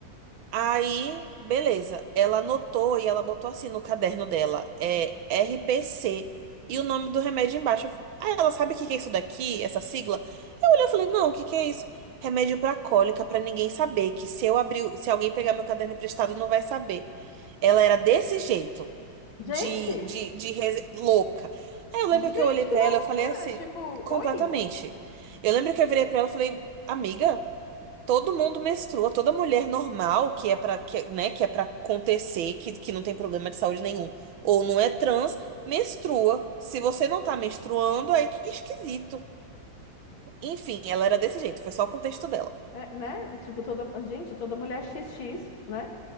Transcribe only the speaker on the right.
Aí, beleza. Ela anotou e ela botou assim no caderno dela, é RPC e o nome do remédio embaixo. Aí ela sabe o que que é isso daqui, essa sigla? Eu olhei e falei: "Não, o que que é isso? Remédio pra cólica, pra ninguém saber, que se eu abrir, se alguém pegar meu caderno emprestado, não vai saber". Ela era desse jeito,
de de, de rese- louca. Aí eu lembro
que eu olhei
pra
ela, eu falei assim,
completamente.
Eu lembro que eu virei pra ela e falei: "Amiga, Todo mundo menstrua, toda mulher normal que é para que, né, que é para acontecer, que, que não tem problema de saúde nenhum, ou não é trans, menstrua. Se você não tá menstruando, aí que esquisito. Enfim, ela era desse jeito, foi só o contexto dela.